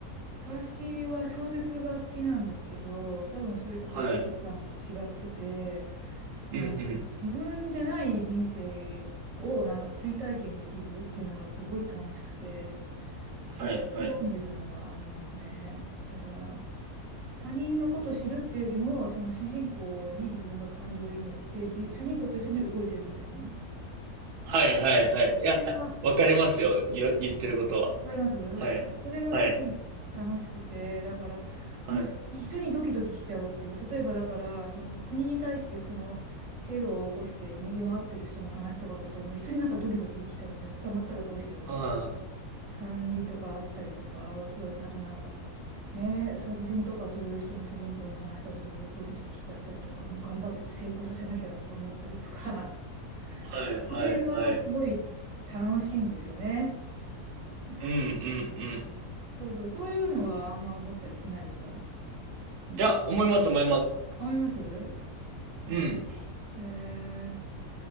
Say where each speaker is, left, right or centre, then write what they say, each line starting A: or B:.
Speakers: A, on the right; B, on the right.
A: 私は小説が好きなんですけど、多分それ多分、
B: はい。
A: ジュンさんと違ってて、
B: うんうん。
A: なんか自分じゃない人生をなんか追体験できるっていうのがすごい楽しくて、それを読んでるのがありますね。
B: はいはい。
A: だから、他人のことを知るっていうよりも、その主人公に自分が感情移入して、じ主人公と一緒に動いてるみたいな。
B: はいはいはい。いや、
A: それが
B: わかりますよ。よ、言ってることは。
A: わかりますそれがすごい楽しくて、
B: はい。はい。
A: だから、
B: はい。
A: もう一緒にドキドキしちゃうっていう、例えばだから、その国に対してそのテロを起こして逃げ回ってる人の話とかだと、もう一緒になんかドキドキしちゃうんですね、捕まったらどうしようみたいな
B: は
A: 感じとかあったりとか、そうですね、あとなんか、ね、殺人とかする人の主人公の話だと、もうドキドキしちゃったりとか、もう頑張って成功させなきゃとか思ったりとか、<laughs>
B: い。はいはいはい。
A: それがすごい楽しいんですよね。でそう
B: うんうんうん。
A: そうそう、そういうのはあんま思ったりしないですかその、
B: いや、思います思います。
A: 思います
B: うん。
A: え